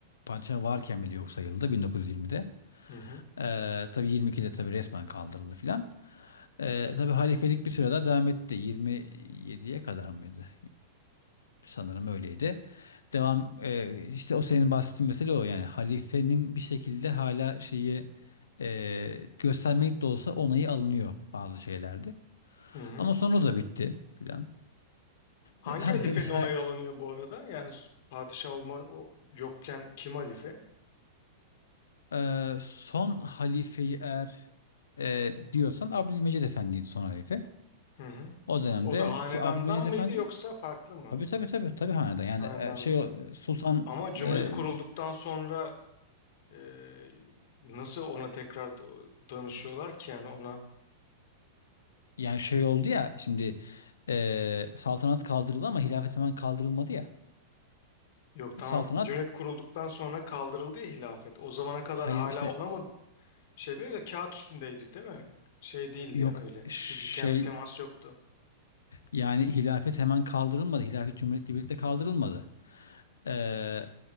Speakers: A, on the left; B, on the left.
A: padişah varken bile yok sayıldı 1920'de. E,
B: Hı hı.
A: tabii 22'de tabii resmen kaldırıldı filan. E, tabii halifelik bir süre daha devam etti. 27'ye kadar mıydı? Sanırım öyleydi. Devam e, işte o senin bahsettiğin mesele o yani halifenin bir şekilde hala şeyi e, göstermek de olsa onayı alınıyor bazı şeylerde.
B: Hı hı.
A: Ama sonra da bitti filan.
B: Hangi
A: E, Ha
B: halifenin
A: be- mesela
B: ona alınıyor bu arada? Yani s- padişah olma o yokken kim halife?
A: e, son halifeyi eğer e, diyorsan Abdülmecid Efendi'ydi son halife.
B: Hı hı.
A: O dönemde
B: O da hanedandan
A: ki Abdülmecid Efendi
B: mıydı yoksa farklı mı?
A: tabii tabii tabii tabii hanedan yani
B: Hanedandan.
A: e, şey o, Sultan
B: Ama Cumhuriyet
A: e,
B: kurulduktan sonra e, nasıl ona tekrar d- danışıyorlar ki yani ona?
A: Yani şey oldu ya şimdi eee, saltanat kaldırıldı ama hilafet hemen kaldırılmadı ya.
B: Yok tamam.
A: Saltanat
B: Cumhuriyet kurulduktan sonra kaldırıldı ya hilafet. O zamana kadar
A: hayır
B: hala
A: işte
B: ona mı şey böyle kağıt üstündeydi değil mi? Şey değildi
A: yok
B: öyle.
A: şey
B: Fiziken bir temas yoktu.
A: yani hilafet hemen kaldırılmadı. Hilafet cumhuriyetle birlikte kaldırılmadı. Eee,